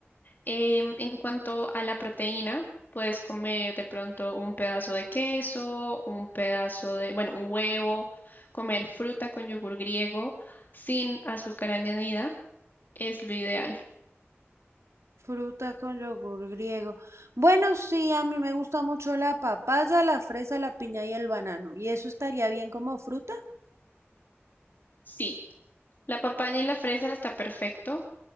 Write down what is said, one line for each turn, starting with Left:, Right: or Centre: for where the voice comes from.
Left: Em, en cuanto a la proteína, puedes comer de pronto un pedazo de queso, un pedazo de, bueno, un huevo, comer fruta con yogur griego sin azúcar añadida, es lo ideal.
Right: Fruta con yogur griego. Bueno, sí, a mí me gusta mucho la papaya, la fresa, la piña y el banano. ¿Y eso estaría bien como fruta?
Left: Sí, la papaya y la fresa está perfecto.